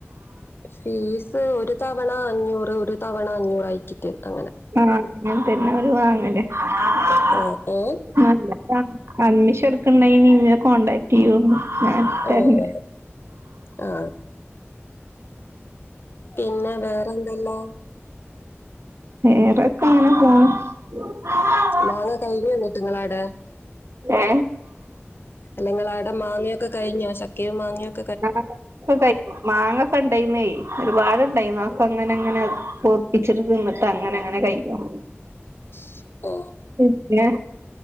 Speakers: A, on the left; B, on the right.
A: ഫീസ് ഒരു തവണ അഞ്ഞൂറ് ഒരു തവണ അഞ്ഞൂറായിക്കിട്ട് അങ്ങനെ
B: ആഹ് അങ്ങൻതന്നെ അവര് വാങ്ങല് <unintelligible>
A: ആ ഏ
B: അഡ്മിഷൻ എടുക്കണ്ടെങ്ങി ന്നെ കോണ്ടടാക്ട് ചെയ്യോണ്ടു ഞാൻ ഇട്ത്തരന്റ്
A: ആ ആ ആ പിന്നെ വേറെ എന്തല്ലാ?
B: വേറൊക്കെ ഇങ്ങനെ പോണ് ഉ
A: മാങ്ങ കഴിഞ്ഞോ ന്ന്ട്ട് ങ്ങളാടെ
B: ഏ
A: അല്ലെങ്ങളാടെ മാങ്ങയൊക്കെ കഴിഞ്ഞോ? ചക്കയും മാങ്ങൊക്കെ
B: <unintelligible> മാങ്ങൊക്കെണ്ടായിന്നേയ് ഒരുപാട്ണ്ടായിന്ന് അതൊക്കെങ്ങനെ ങ്ങനെ ങ്ങനെ പൗപ്പിച്ചിട്ട് തിന്ന്‌ ച്ചങ്ങനെങ്ങെനെ കഴിക്കും
A: ച്ച്പ്പോ
B: പിന്നെ